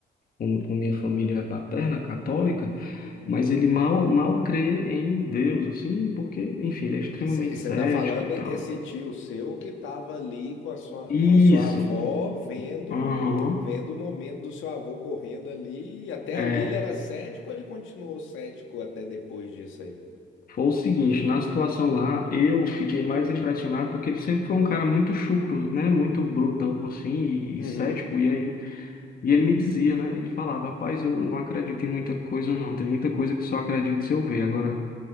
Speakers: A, on the left; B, on the left.
A: com, com minha família paterna católica,
B: Uhum.
A: mas ele mal, mal crê em Deus, assim, porque, enfim, ele é extremamente
B: E você
A: cético
B: tá falando
A: e
B: esse
A: tal.
B: tio seu que tava ali com a sua,
A: Isso.
B: com a sua avó vendo,
A: Aham.
B: vendo o momento do seu avô correndo ali. E até
A: É.
B: ali ele era cético, ou ele continuou cético até depois disso aí.
A: Foi o seguinte, na situação lá, eu fiquei mais impressionado porque ele sempre foi um cara muito chucro, né? Muito brutão, assim, e,
B: Uhum.
A: e cético. E aí E ele me dizia, né? Ele falava, rapaz, eu não acredito em muita coisa, não. Tem muita coisa que só acredito se eu ver. Agora,